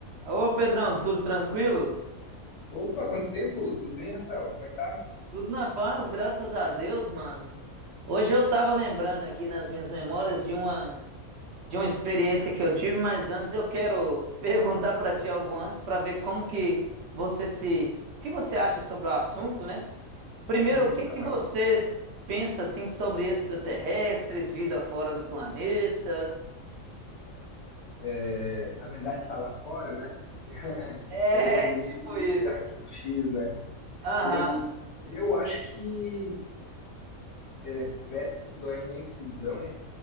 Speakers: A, on the right; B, on the left.
A: Ô, Pedrão, tudo tranquilo?
B: Opa, quanto tempo? Tudo bem, Rafael? Como é que tá?
A: Tudo na paz, graças a Deus, mano. Hoje eu tava lembrando aqui nas minhas memórias de uma de uma experiência que eu tive, mas antes eu quero <laughs> perguntar pra ti algo antes pra ver como que você se, o que você acha sobre o assunto, né? Primeiro,
B: Uhum,
A: o que
B: claro.
A: que você pensa assim sobre extraterrestres, vida fora do planeta?
B: É, a verdade está lá fora, né? <laughs>
A: É,
B: Eu lembro muito
A: <laughs> tipo
B: de
A: isso.
B: Arquivo X, né?
A: Aham,
B: Eu, eu acho que é, perto da imensidão,